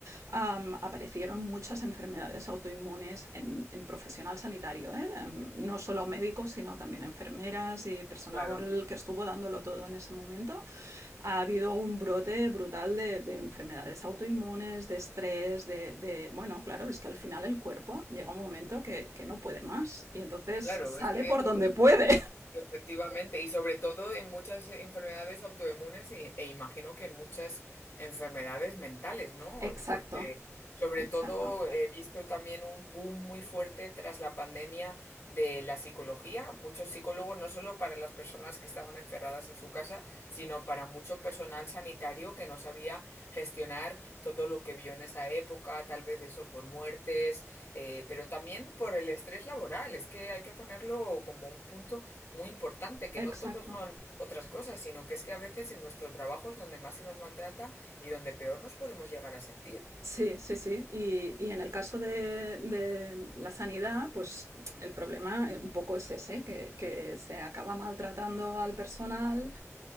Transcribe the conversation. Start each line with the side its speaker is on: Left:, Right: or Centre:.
Right: Am, aparecieron muchas enfermedades autoinmunes en, en en profesional sanitario, ¿eh? Em, no solo médicos, sino también enfermeras y personal
Left: Claro,
Right: que estuvo dándolo todo en ese momento, ha habido un brote brutal de, de enfermedades autoinmunes, de estrés, de, de, Bueno, claro, es que al final el cuerpo llega un momento que, que no puede más y entonces
Left: claro,
Right: sale
Left: es que
Right: por
Left: por,
Right: donde puede.
Left: Efectivamente, y sobre todo en muchas enfermedades autoinmunes e, e imagino que en muchas enfermedades mentales, ¿no?
Right: exacto,
Left: Porque sobre
Right: exacto,
Left: todo he visto también un boom muy fuerte tras la pandemia de la psicología, muchos psicólogos no solo para las personas que estaban encerradas en su casa, sino para mucho personal sanitario que no sabía gestionar todo lo que vio en esa época, tal vez eso por muertes, eh, pero también por el estrés laboral. Es que hay que ponerlo como un punto muy importante, que
Right: exacto.
Left: no todos son otras cosas, sino que es que a veces en nuestro trabajo es donde más se nos maltrata y donde peor nos podemos llegar a sentir.
Right: Sí, sí, sí. Y, y en el caso de, de la sanidad, pues el problema eh, un poco es ese, que, que se acaba maltratando al personal